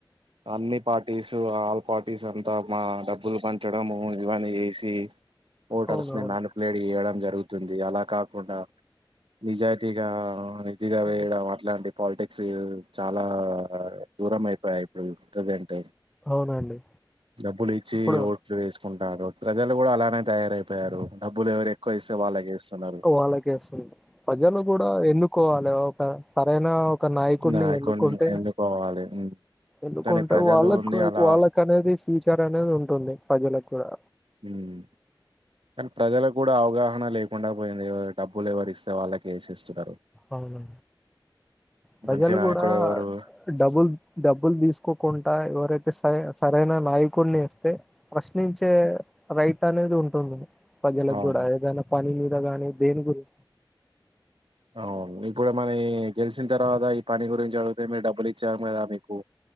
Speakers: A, on the right (about 80°); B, in the centre.
A: అన్ని పార్టీసు ఆల్ పార్టీసు అంతా మా డబ్బులు పంచడము ఇవన్నీ చేసి ఓటర్స్ని
B: అవునవును
A: నన పలేడి ఏళ్ం జరి జరుగుతుంది అలా కాకుండా నిజాయి దిగా ఉంది కొద్దిగా వేయడం
B: అదే
A: అట్లాంటి పాలిటిక్స్ చాలా దూరం అయిపోయాయి ఇప్పుడు ప్రజెంట్
B: అవునండి
A: డబ్బులు ఇచ్చి
B: ఇప్పుడు
A: ఓ వే ఉంటారు ప్రజలు కూడా అలానే తయారైపోయారు డబ్బులు ఎవర క్కసే వాళ్ళగ చేస్తున్నారు
B: వాళ్ళకే వస్తుంది ప్రజలు కూడా ఎన్నుకోవాలి ఒక సరైన ఒక నాయకుడిని
A: ఆ
B: ఎన్నుకుంటే
A: కొన్ని ఎన్నుకోవాలి ఉమ్.
B: ఎన్నుకుంటే
A: కానీ ప్రజలుని
B: వాళ్ళకు
A: అలా
B: వాళ్ళక అనేది ఫ్యూచర్ అనేది ఉంటుంది ప్రజలకు కూడా
A: ఉమ్. కానీ ప్రజలకు కూడా అవగాహన లేకుండా పోయింది డబ్బులు ఎవరి ఇస్తే వాళ్ళకి వేస ఇస్తున్నారు
B: అవున ప్రజలు
A: మంచి నాయకుడు
B: కూడా
A: ఎవరు
B: డబ్బుల్ డబ్బులు తీసుకో కుంటా ఎవరైతే సర సరైన నాయకుడిని ఇస్తే ప్రశ్నించే రైట్ అనేది ఉంటుంది ప్రజలకు
A: అవును
B: కూడా ఏదైనా పని మీద గాని దేని గురిం
A: అవును ఇప్పుడు మన గెలిచిన తర్వాత ఈ పని గురించి అడిగితే మీరు డబ్బులు ఇచ్చాం కదా మీకు